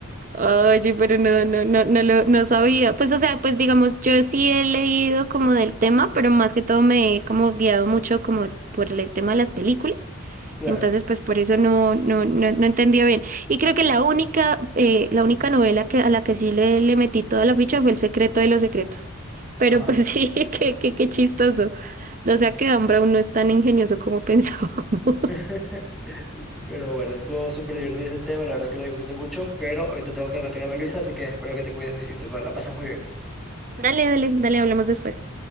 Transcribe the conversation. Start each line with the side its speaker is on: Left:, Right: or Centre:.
Right: Oye, pero no, no, no, no lo, no sabía. Pues, o sea, pues digamos, yo sí he leído como del tema, pero más que todo me he como guiado mucho como por el tema de las películas.
Centre: Claro,
Right: Entonces, pues por eso no, no, no, no entendía bien. Y creo que la única, eh, la única novela que, a la que sí le, le metí toda la ficha fue El secreto de los secretos. Pero
Centre: ajá.
Right: pues <laughs> sí, qué, qué, qué chistoso. O sea que Ambra no es tan ingenioso como pensábamos.
Centre: <laughs> Pero bueno, estuvo súper divertido este tema, la verdad que lo disfruté mucho, pero ahorita tengo que retirarme, Luisa, así que espero que te cuides y te pa- la pases muy bien.
Right: <laughs> Dale, dale, dale, hablemos después.